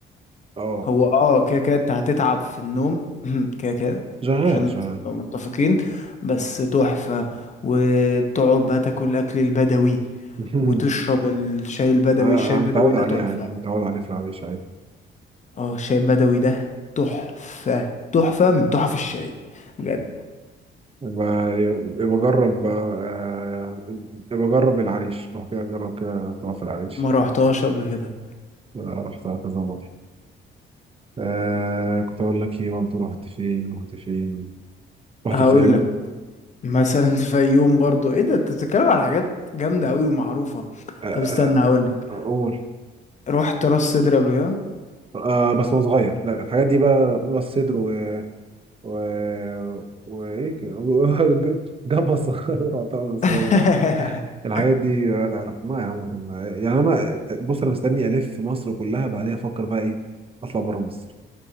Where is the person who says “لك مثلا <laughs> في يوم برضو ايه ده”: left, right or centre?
Left